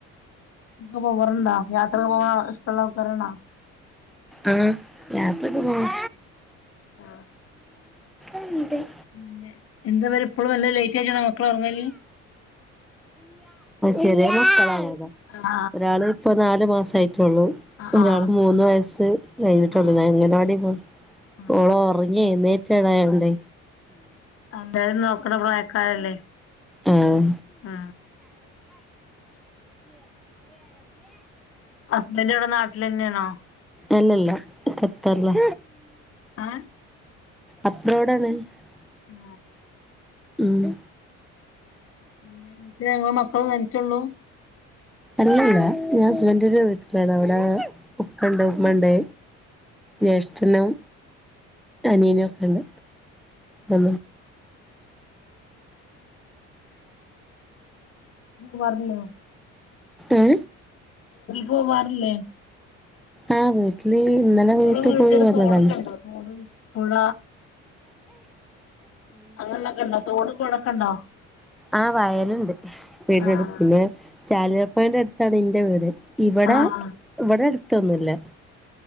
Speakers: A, on the left; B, in the centre.
A: പോവറണ്ടാ <unintelligible> യാത്ര പോവാൻ ഇഷ്ടമുള്ള ആൾക്കാരാണ്
B: ആ ഞാത്തക്ക <unintelligible> പോകും
A: ആ
B: ആണ്ട് <unintelligible>
A: പിന്നെ എന്താ പേര് ഇപ്പോഴും വല്ല ലേറ്റ് ആയിച്ചണം <unintelligible> മക്കള ഇറങ്ങല്
B: ചെറിയ മക്കളാണ്
A: ആഹ്
B: ഒരാള് ഇപ്പൊ നാല് മാസം
A: ആഹ്
B: ഒരാൾ
A: ആഹ്
B: മൂന്ന് വയസ് കഴിഞ്ഞിട്ടുള്ളു
A: ആഹ്
B: ഞാൻ എങ്ങനെ വാട <unintelligible> പോ
A: ആഹ്
B: ഓളോ ഉറങ്ങി എണീറ്റത് ആയ കൊണ്ടേ
A: എന്തായാലും നോക്കണ പ്രായക്കാരല്ലേ
B: ആഹ്
A: ആ ഹസ്ബൻഡ് അവിടെ നാട്ടിൽന്നെയണോ
B: അല്ലല്ലോ ഖത്തറല്ല
A: ഏഹ്
B: അപ്പഴോടാണ് <unintelligible>
A: ആ
B: പിന്നെ
A: പിന്നെ മറ്റേ ഞങ്ങള് മക്കളും തനിച്ചുള്ള
B: അല്ലല്ല ഞാൻ ഹുസ്ബൻ <unintelligible> വീട്ടിലാണ് അവിടെ ഉപ്പ ഉണ്ട് ഉമ്മ ഉണ്ട് ജേഷ്ഠനും അനിയനൊക്കെണ്ട് ആ
A: മാ <unintelligible>
B: ഏ
A: പോവാറില്ലേ
B: ആ വീട്ടില് ഇന്നലെ വീട്ടിൽ
A: നിങ്ങളെ വീടിന്റെ
B: പോയി
A: അടുത്ത്
B: വന്നതാണ്
A: തോടൊക്കെ ഉണ്ടോ തോട് പുഴ അങ്ങനെൊക്കെ <unintelligible> ഉണ്ടോ തോടും പുഴയൊക്കെ ഉണ്ടോ
B: ആ വയലുണ്ട് വീടിനടുത്ത്
A: ആഹ്
B: പിന്നെ ചാലരപ്പയിന്റെ അടുത്താണ് ഇന്റെ വീട് ഇവിടെ
A: ആഹ്
B: ഇവിടെ അടുത്തൊന്നും ഇല്ല